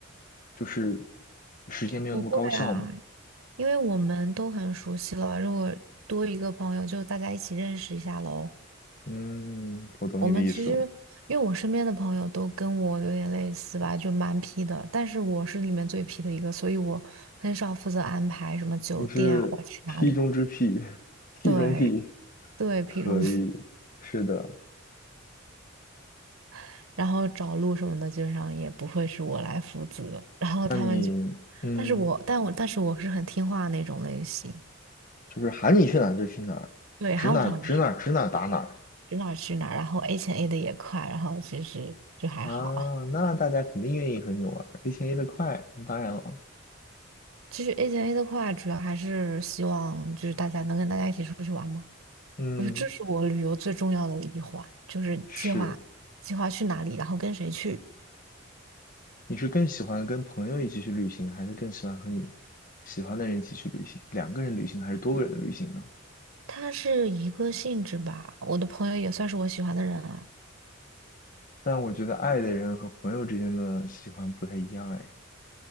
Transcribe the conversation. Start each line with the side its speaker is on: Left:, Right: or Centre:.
Left: 就是时间没有那么高效吗？
Right: 不会啊，因为我们都很熟悉了，如果多一个朋友，就大家一起认识一下喽。
Left: 嗯，我懂你的意思了，
Right: 我们其实，因为我身边的朋友都跟我有点类似吧，就蛮皮的，但是我是里面最皮的一个，所以我很少负责安排什么酒店啊，
Left: 你是
Right: 要去哪里。
Left: P 中之 P，P
Right: 对
Left: <laughs> 中 P，
Right: 对，皮中，
Left: 可以，是的。
Right: <laughs> 然后找路什么的，基本上也不会是我来负责。然后他们就，
Left: 那你嗯，
Right: 但是我，但我，但是我是很听话的那种类型。
Left: 就是喊你去哪儿就去哪儿指哪儿指哪儿指哪儿打哪儿
Right: 对，喊我想去哪儿去哪儿，然后 A 钱 A 的也快，然后其实就还好。
Left: 啊？那大家肯定愿意和你玩儿，而且也得快，当然了。
Right: 其实 A 钱 A 的快，主要还是希望就是大家能跟大家一起出去玩嘛。
Left: 嗯，
Right: 我觉得这是我旅游最重要的一环，就是计划计划去哪里，
Left: 是，
Right: 然后跟谁去。
Left: 你是更喜欢跟朋友一起去旅行，还是更喜欢和你喜欢的人一起去旅行？两个人旅行还是多个人的旅行呢？
Right: 它是一个性质吧，我的朋友也算是我喜欢的人啊。
Left: 但我觉得爱的人和朋友之间的喜欢不太一样，哎，